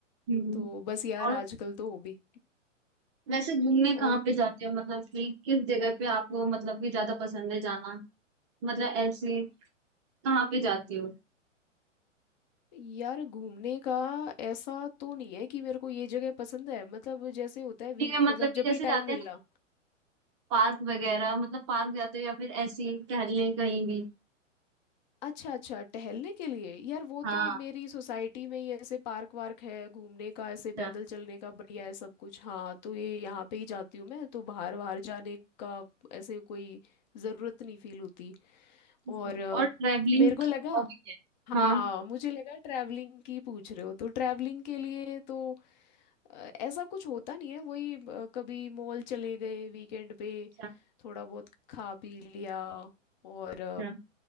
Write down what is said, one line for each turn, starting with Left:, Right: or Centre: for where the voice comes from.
Right: हम्म।
Left: तो बस यार
Right: और
Left: आजकल तो हॉबी
Right: वैसे घूमने
Left: और
Right: कहाँ पे जाते हो मतलब कि किस जगह पे आपको मतलब कि ज्यादा पसंद है जाना मतलब ऐसे कहाँ पे जाती हो
Left: यार घूमने का ऐसा तो नहीं है कि मेरे को ये जगह पसंद है मतलब जैसे होता है
Right: ठीक
Left: वी
Right: है
Left: मतलब
Right: मतलब कि
Left: जब
Right: जैसे
Left: भी
Right: जाते
Left: टाइम मिला
Right: हैं ना पार्क वगैरह मतलब पार्क जाते हो या फिर ऐसे ही टहलने कहीं भी
Left: अच्छा अच्छा टहलने के लिए यार वो
Right: हाँ
Left: तो मेरी सोसाइटी में ही ऐसे पार्क वार्क है घूमने का ऐसे
Right: अच्छा
Left: पैदल चलने का बढ़िया है सब कुछ हाँ तो ये यहाँ पे ही जाती हूँ मैं तो बाहर बाहर जाने का ऐसे कोई ज़रूरत नहीं फील होती और
Right: अच्छा।
Left: अ,
Right: और ट्रेवलिंग
Left: मेरे को लगा
Right: हॉबी क्या है
Left: हाँ
Right: हाँ
Left: मुझे लगा ट्रैवलिंग की पूछ रहे हो तो ट्रैवलिंग के लिए तो अ, ऐसा कुछ होता नहीं है वही अ, कभी मॉल चले गए वीकेंड पे
Right: अच्छा
Left: थोड़ा बहुत खा पी लिया और
Right: अच्छा